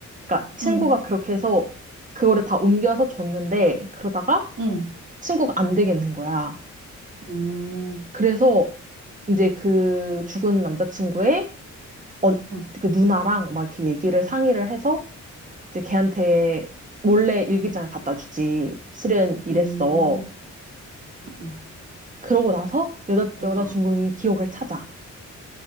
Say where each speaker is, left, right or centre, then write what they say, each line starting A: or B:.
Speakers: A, on the right (about 25°); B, on the right (about 45°).
A: 그러니까 친구가
B: 응,
A: 그렇게 해서 그거를 다 옮겨서 줬는데 그러다가
B: 응,
A: 친구가 안 되겠는 거야.
B: 음,
A: 그래서 이제 그 죽은 남자친구의 어,
B: 응,
A: 그 누나랑 막 이렇게 얘기를 상의를 해서 이제 걔한테 몰래 일기장을 갖다 주지. 실은 이랬어.
B: 음, 응,
A: 그러고 나서 여자
B: 그렇구나.
A: 여자 주인공이 기억을 찾아.